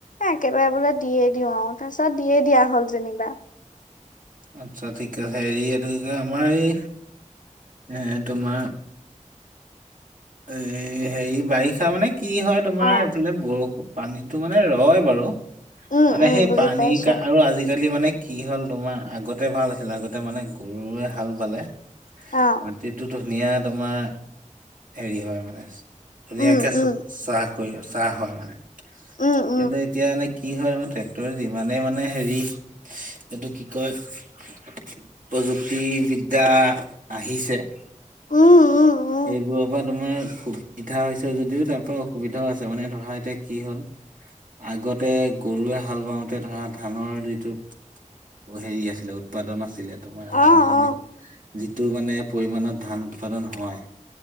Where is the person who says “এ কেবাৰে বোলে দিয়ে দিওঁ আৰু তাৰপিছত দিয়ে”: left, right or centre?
Left